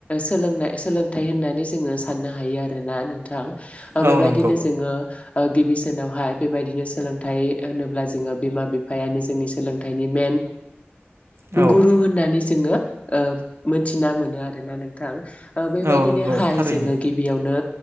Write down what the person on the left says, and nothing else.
सोलोंनाय सोलोंथाइ होननानै जोङो साननो हायो आरोना नों थां ओ
बेबायदिनो
जोङो ओ गिबि सिनावहाय बेबायदिनो सोलोंथाइ होनोब्ला जोङो बिमा बिफायानो जोंनि सोलोंथाइनि मेन
गुरु होननानै जोङो ओ मोनथिना मोनो आरोना नोंथां। ओ बेबायदिनोहाय
जोङो गिबियावनो